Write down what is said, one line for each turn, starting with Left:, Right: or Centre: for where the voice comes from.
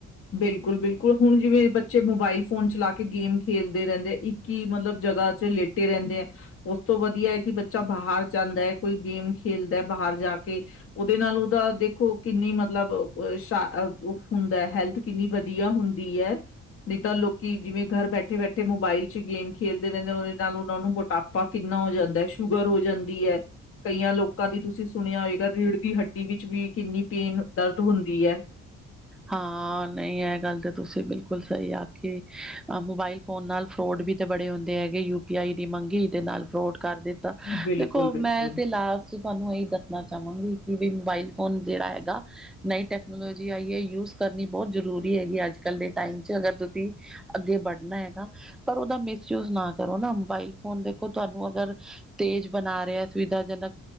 Left: ਬਿਲਕੁਲ- ਬਿਲਕੁਲ ਹੁਣ ਜਿਵੇਂ ਬੱਚੇ ਮੋਬਾਈਲ ਫੋਨ ਚਲਾ ਕੇ ਗੇਮ ਖੇਲਦੇ ਰਹਿੰਦੇ ਆ ਇੱਕ ਹੀ ਮਤਲਬ ਜਗ੍ਹਾ ਚ ਲੇਟੇ ਰਹਿੰਦੇ ਆ ਉਸ ਤੋਂ ਵਧੀਆ ਕਿ ਬੱਚਾ ਬਾਹਰ ਜਾਂਦਾ ਹੈ। ਕੋਈ ਗੇਮ ਖੇਲਦਾ ਬਾਹਰ ਜਾ ਕੇ ਉਹਦੇ ਨਾਲ ਉਹਦਾ ਦੇਖੋ, ਕਿੰਨੀ ਮਤਲਬ ਸ਼ ਹੁੰਦਾ। ਹੈਲਥ ਕਿੰਨੀ ਵਧੀਆ ਹੁੰਦੀ ਹੈ। ਨਹੀਂ ਤਾਂ ਲੋਕੀ ਜਿਵੇਂ ਘਰ ਬੈਠੇ ਬੈਠੇ ਮੋਬਾਈਲ ਗੇਮ ਖੇਡਦੇ ਰਹਿੰਦੇ ਉਹਦੇ ਨਾਲ ਉਹਨਾਂ ਨੂੰ ਮੋਟਾਪਾ ਕਿੰਨਾ ਹੋ ਜਾਂਦਾ। ਸ਼ੂਗਰ ਹੋ ਜਾਂਦੀ ਹੈ। ਕਈਆਂ ਲੋਕਾਂ ਦੀ ਤੁਸੀਂ ਸੁਣਿਆ ਹੋਏਗਾ। ਰੀੜ ਦੀ ਹੱਟੀ ਵਿੱਚ ਵੀ ਕਿੰਨੀ ਪੇਨ, ਦਰਦ ਹੁੰਦੀ ਹੈ।
Centre: ਹਾਂ। ਨਹੀਂ, ਇਹ ਗੱਲ ਤਾਂ ਤੁਸੀਂ ਬਿਲਕੁਲ ਸਹੀ ਆਖੀ। ਮੋਬਾਈਲ ਫੋਨ ਨਾਲ ਫਰੋਡ ਵੀ ਤਾਂ ਬੜੇ ਹੁੰਦੇ ਹੈਗੇ। ਯੂ ਪੀ ਆਈ ਦੀ ਮੰਗੀ ਤੇ ਨਾਲ ਫਰੋਡ ਕਰ ਦਿੱਤਾ।
Left: ਬਿਲਕੁਲ-ਬਿਲਕੁਲ
Centre: ਦੇਖੋ, ਮੈਂ ਤੇ ਲਾਸਟ ਤੁਹਾਨੂੰ ਇਹੀ ਦੱਸਣਾ। ਚਾਹਵਾਂਗੀ ਕਿ ਵੀ ਮੋਬਾਈਲ ਫੋਨ ਜਿਹੜਾ ਹੈਗਾ ਨਈ ਟੈਕਨੋਲੋਜੀ ਆਈ ਹੈ। ਯੂਜ ਕਰਨੀ ਬਹੁਤ ਜ਼ਰੂਰੀ ਹੈਗੀ। ਅੱਜ ਕੱਲ੍ਹ ਦੇ ਟਾਈਮ ਚ ਅਗਰ ਤੁਸੀਂ ਅੱਗੇ ਵੜਨਾ ਹੈਗਾ। ਪਰ ਉਹਦਾ ਮਿਸਯੂਜ ਨਾ ਕਰੋ ਨਾ ਮੋਬਾਇਲ ਫੋਨ ਦੇਖੋ ਤੁਹਾਨੂੰ ਅਗਰ ਜ ਬਣਾ ਰਿਹਾ ਸੁਵਿਧਾਜਨਕ